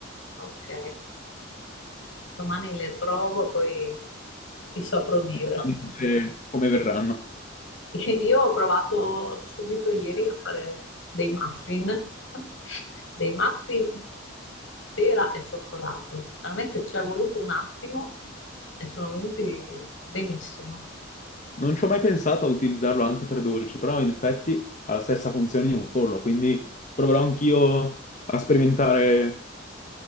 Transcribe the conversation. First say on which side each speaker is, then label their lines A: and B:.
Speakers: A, on the left; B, on the left.
A: Ok. Domani le trovo, poi ti saprò dire.
B: Fammi vedere come verranno.
A: <laughs> Io ho provato subito ieri a fare dei muffin, <laughs> dei muffin pera e cioccolato. Veramente ci è voluto un attimo e sono venuti benissimo.
B: Non ci ho mai pensato a utilizzarlo anche per dolci, però in effetti ha la stessa funzione di un forno, quindi proverò anch'io a sperimentare